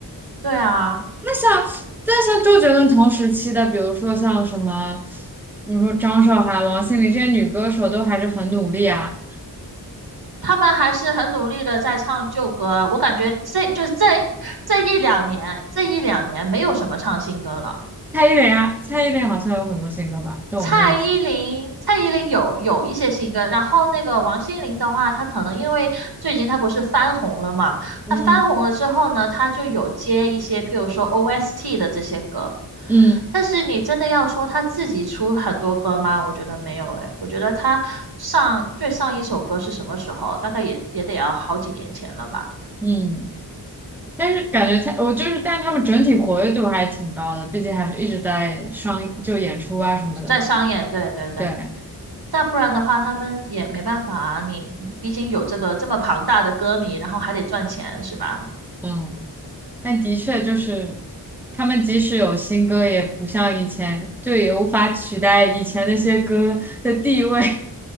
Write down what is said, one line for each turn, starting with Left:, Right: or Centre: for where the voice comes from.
Right: 对啊，
Centre: 像，但像周杰伦同时期的，比如说像什么，比如说张韶涵、王心凌这些女歌手，都还是很努力啊。
Right: 他们还是很努力的在唱旧歌啊。我感觉这就是这这一两年，这一两年没有什么唱新歌了。
Centre: 蔡依林啊，蔡依林好像有很多新歌吧，但我没有去。
Right: 蔡依林，蔡依林有有一些新歌，然后那个王心凌的话，她可能因为最近她不是翻红了嘛，
Centre: 嗯
Right: 她翻红了之后呢，她就有接一些，譬如说 OST 的这些歌，
Centre: 嗯
Right: 但是你真的要说她自己出很多歌吗？我觉得没有诶，我觉得她上最上一首歌是什么时候？大概也也得要好几年前了吧，
Centre: 嗯，但是感觉他，我就是，但是他们整体活跃度还挺高的，毕竟还是一直在上就演出啊什么的嘛。
Right: 在商演，对对对。
Centre: 对，
Right: 那不然的话，他们也没办法啊。你毕竟有这个这么庞大的歌迷，然后还得赚钱，是吧？
Centre: 嗯，但的确就是。他们即使有新歌，也不像以前，就也无法取代以前那些歌的地位。